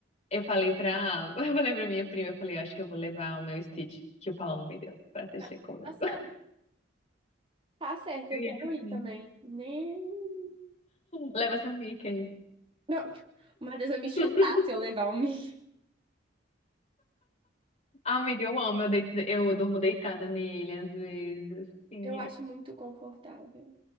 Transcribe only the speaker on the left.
eu falei pra... <laughs> Eu falei pra minha prima, eu falei, eu acho que eu vou levar o meu Stitch que o Paulo me deu pra assistir
comigo.
Criança,
sim.
Leva seu Mickey.
<laughs>
Ah, Amiga, eu amo, eu, deito, eu durmo deitada nele às vezes, assim,
eu